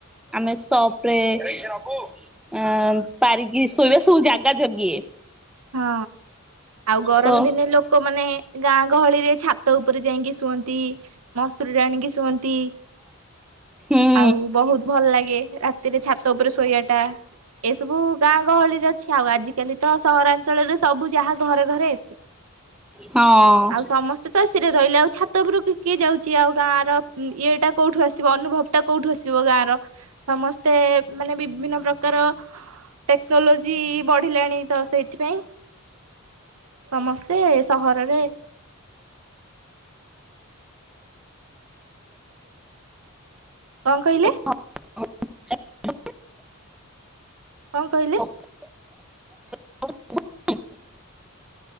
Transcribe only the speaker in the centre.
ଆମେ ସବ ରେ ଅ ପାରିକି ଶୋଇବା ସବୁ ଜାଗା ଜଗିଏ।
ତ ହୁଁ
ହଁ।
ମୁଁ
<unintelligible>
<unintelligible>